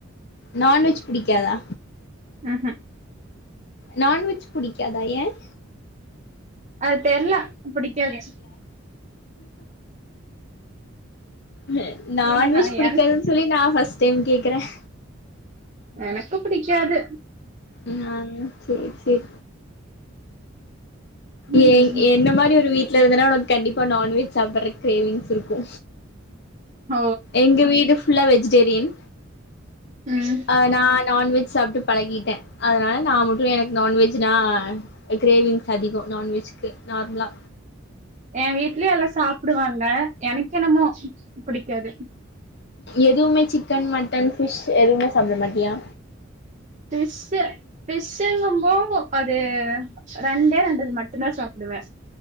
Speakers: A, on the left (about 60°); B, on the right (about 40°).
A: நான்வெஜ் பிடிக்காதா
B: உஹும்
A: நான்வெஜ் புடிக்காதா ஏன்
B: அது தெர்ல புடிக்காது
A: னு நான்வெஜ்
B: ஏங்க
A: பிடிக்காதுன்னு
B: எனக்
A: சொல்லி நான் பர்ஸ்ட் பர்ஸ்ட் டைம் கேக்குறன்
B: எனக்கு புடிக்காது
A: ஆஹ் சரி சரி
B: ம்
A: ஏ என்ன மாரி ஒரு வீட் வீட்ல இருந்தன்னா உனக்கு கண்டிப்பா நான்வெஜ் சாப்பற கிரேவிங்ஸ் இருக்கு
B: ஓ
A: எங்க வீடு ஃபுல்லா வெஜிடேரியன்
B: ம்
A: ஆஹ் நான் நான்வெஜ் சாப்ட்டு பழகிட்டே அதனால் நான் மட்டும் எனக்கு நான்வெஜ்னா கிரேவிங்ஸ் அதிகம் நான்வெஜ்கு நார்மலா
B: என் வீட்லேயெல்லாம் சாப்டுவாங்க எனக்கு என்னமோ பிடிக்காது
A: எதுவுமே சிக்கன் மட்டன் ஃபிஷ் எதுவுமே சாப்பிட மாட்டியா
B: ஃபிஷ்ஷு ஃபிஷ்ஷுங்கும்போ அது ரெண்டே ரெண்டு மட்டும்தா சாப்பிடுவே